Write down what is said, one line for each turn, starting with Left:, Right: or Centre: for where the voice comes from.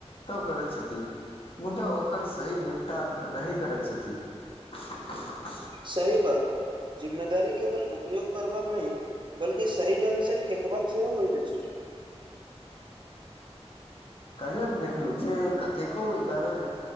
Left: तऽ करैत छथि मुदा ओकर सही निपटान नहि करैत छथिन <inaudible>
Right: सही बात जिम्मेदारी केवल उपयोग करबाक नय बल्कि सही ढ़ंग सँ फेेकबाक सेहो होइत अछि
Left: <inaudible> कलही हम देखलहु जे कतेको विद्यालय मे